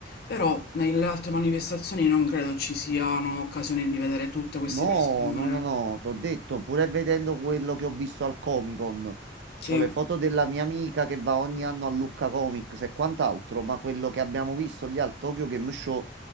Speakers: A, on the left; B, on the right.
A: Però nelle altre manifestazioni non credo ci siano occasioni di vedere tutte queste
B: No,
A: persone.
B: no, no, no, t'ho detto, pure vedendo quello che ho visto al Comic Con,
A: Sì,
B: c'ho le foto della mia amica che va ogni anno a Lucca Comics e quant'altro, ma quello che abbiamo visto lì al Tokyo Game Show,